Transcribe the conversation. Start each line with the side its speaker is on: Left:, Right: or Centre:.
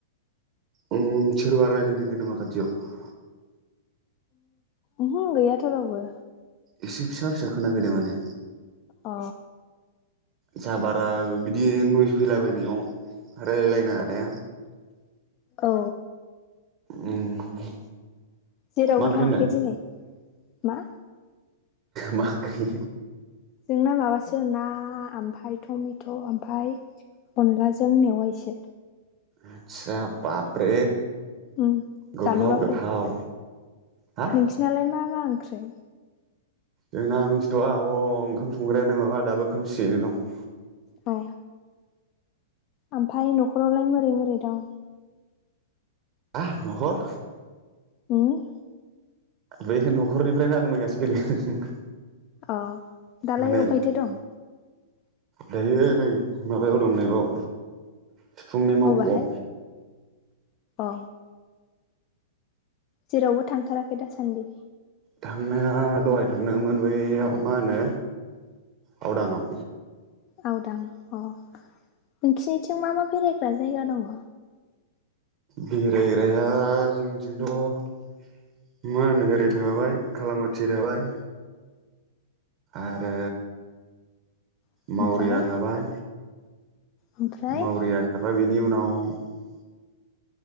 Right: उम सोरबा रायलायदेरदों नामा खाथियाव।
Left: ओहो गैयाथ रावबो।
Right: एसे फिसा फिसा खोना फैदों माने।
Left: अ।
Right: साबारा बिदि। बिदि नयस फैलाबायनायाव। रायलाय नाङा दे।
Left: औ
Right: उम मा
Left: जेरावबो
Right: ओंख्रि
Left: थाङाखै
Right: होनदों
Left: दिनै। मा।
Right: मा ओंख्रि।
Left: जोंना माबासो ना ओमफ्राय टमेट ओमफ्राय अनलाजों मेवायसो।
Right: आतसा बाबरे।
Left: उम
Right: गोथाव
Left: जानोबा
Right: गोथाव
Left: फै
Right: हा
Left: नोंसिनालाय मा मा ओंख्रै
Right: जोंना मिन्थिथवा अं ओंखाम संग्रायानो माबा दाबो खोमसियैनो दं
Left: अ ओमफाय नखरावलाय मोरै मोरै दं
Right: आ नखर
Left: होम
Right: बे नखरनिफ्रायनो आं मैयासो फैदों
Left: अ दालाय
Right: माने
Left: अफायथो दं?
Right: दायो नै माबायाव दं नैबाव सिफुंनि मावखआव
Left: अबाहाय अ जेरावबो थांथाराखै दासान्दि?
Right: थांनाया दहाय थांदोंमोन बैयाव मा होनो आवदाङाव।
Left: आवदां अ नोंखिनिथिं मा मा बेरायग्रा जायगा दङ?
Right: बेरायग्राया जोंनिथंथ' मा होनो ओरै थाबाय खालामाथि थाबाय आरो
Left: ओमफ्राय
Right: मावरिया थाबाय
Left: ओमफ्राय
Right: मावरिया थाबाय बिनि उनाव <unintelligible>